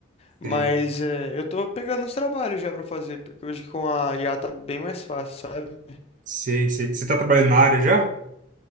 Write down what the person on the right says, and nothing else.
Sei,
sei, sei. Você tá trabalhando na área já?